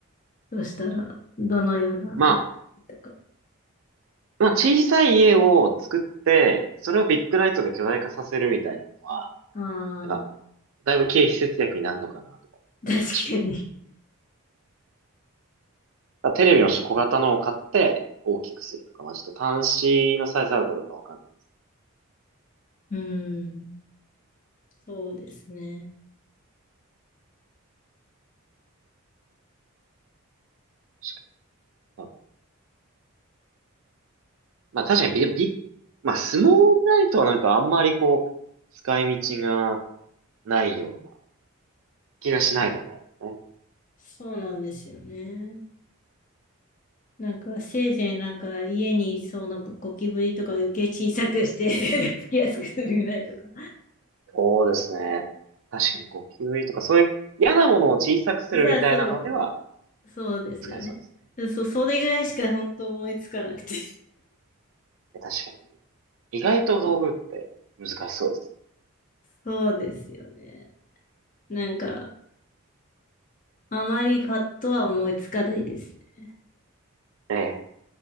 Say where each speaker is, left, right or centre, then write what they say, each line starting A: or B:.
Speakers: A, on the left (about 35°); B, on the right (about 60°).
A: どうしたら、どのような、
B: まあ、
A: とか。
B: まあ小さい家を作って、それをビッグライトで巨大化させるみたいなのは、
A: ああ、
B: なんか、だいぶ経費節約になるのかなとか思ったりします。
A: 確かに。
B: だからテレビの小型のを買って大きくするとか、まあちょっと端子のサイズあるかどうかわかんないです。
A: うん。そうですね。
B: 確かにまあ確かにビ、ビ、まあスモールライトはなんかあんまりこう、使い道がないような気がしないでもないですね。
A: そうなんですよね。なんか、せいぜいなんか家にいそうなゴキブリとかを余計小さくして <laughs> つきやすくするぐらいとか。
B: そうですね。確かにゴキブリとかそういう嫌なものを小さくするみたいなのでは
A: さあ、そう。そうですよね。
B: 使えそうですね。
A: そう、それぐらいしか本当思いつかなくて。
B: ええ確かに。意外と道具って難しそうです
A: そうですよね。なんか、あまりパッとは思いつかないですね。
B: ね。ええ